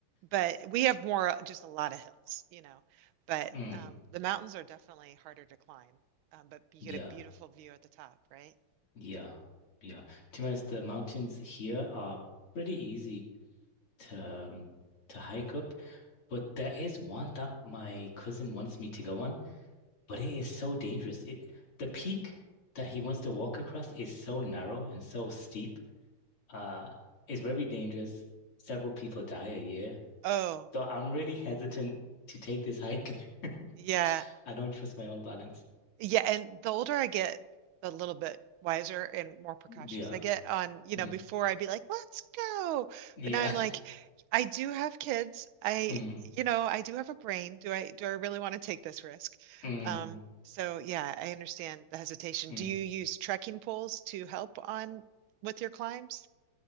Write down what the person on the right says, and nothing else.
but we have more just a lot of hills, you know. But
um the mountains are definitely harder to climb. Um, but you
get a beautiful view at the top, right?
Oh,
yeah.
Yeah, and the older I get, the little bit wiser and more precautious
I get on, you know,
before I'd be like, let's go.
But now I'm like,
I do have kids. I,
you know, I do have a brain. Do I do I really want to take this risk?
Um, so yeah, I understand the hesitation.
Do you use trekking poles to help on with your climbs?